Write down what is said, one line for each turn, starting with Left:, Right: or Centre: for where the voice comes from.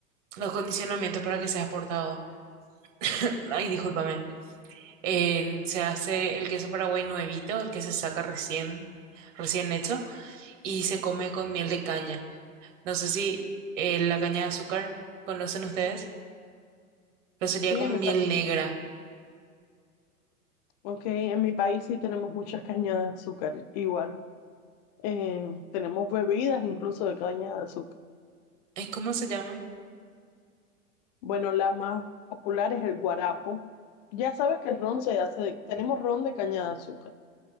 Right: los condicionamientos para que sea exportado. <laughs> <clears throat> Ay, discúlpame. En- se hace el queso Paraguay nuevito, el que se saca recién, recién hecho, y se come con miel de caña. No sé si eh, la caña de azúcar conocen ustedes, pero sería
Left: Sí,
Right: como
Left: en mi
Right: miel
Left: pa-
Right: negra.
Left: okay, en mi país sí tenemos muchas cañas de azúcar, igual. Eh, tenemos bebidas incluso de caña de azúcar.
Right: Ay, ¿cómo se llama?
Left: Bueno, la más popular es el guarapo. Ya sabes que el ron se hace de- tenemos ron de caña de azúcar,